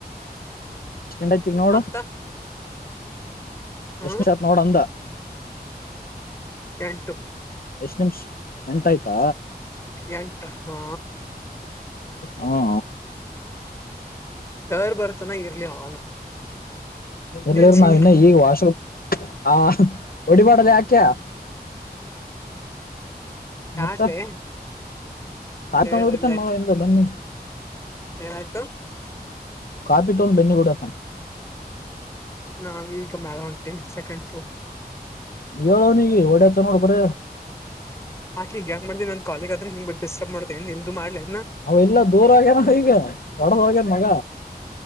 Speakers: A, on the left; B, on the left.
A: ಎಷ್ಟ ಗಂಟೈತಿಗ ನೋಡು
B: ಮತ್ತ ಹ್ಮ
A: ಎಷ್ಟಸತ್ ನೋಡ ಅಂದ
B: ಎಂಟು
A: ಎಷ್ಟ ಎಮ್ಸ್ ಎಂತ ಆಾಯ್ತಾ
B: ಎಂಟ ಹಾ
A: ಹಾ
B: ರ್ ಬರ್ತನ ಇರ್ಲಿ ಅವ
A: ಇರ್ಲರ್
B: ಛೀ
A: ನಾವ ಇನ್ನ ಈಗ ವಾಷ್ರೂ ಹಾ ಒಡಿಪಾಡಲ್ಲ ಆಾಕಯ ಮತ್ತ
B: ಯಾಕ್ಲೆ
A: ಕಾತ
B: ಹೇಳ್ರಿಲೆ
A: ಹೊಡಿತನ್ ಮಗ ಎ ಬನ್ನಿ
B: ಏನಾಯ್ತು
A: ಕಪಿ ತೋನ್ ಬೆನ್ನಿ ಕೂಡ ತಂ
B: ನಾ ಈಗ ಮೇಾಲ ಉಂಟೇನೆ ಸೆಕೆಂಡ್ ಫ್ಲೋರ್
A: ಹೇಳೋನಿಗೆ ಒಡತ ನೋಡ ಬರ
B: ಆಾೆ ಈಗ ಹಂಗ ಮಾಡತನಿ ನ್ ಕಾಲೇಗ ಆದ್ರೆ ಹಂಗ್ ಡಿಸ್ಟರ್ಬ್ ಮಾಡತೇ ನಿಂದುು ಮಾಡ್ಲೆ
A: ಅವ ಎಲ್ಲ ದೂರ ಆಗ್ಯನ ಈಗ ಹೊಡದಗ್ಯನ ಮಗ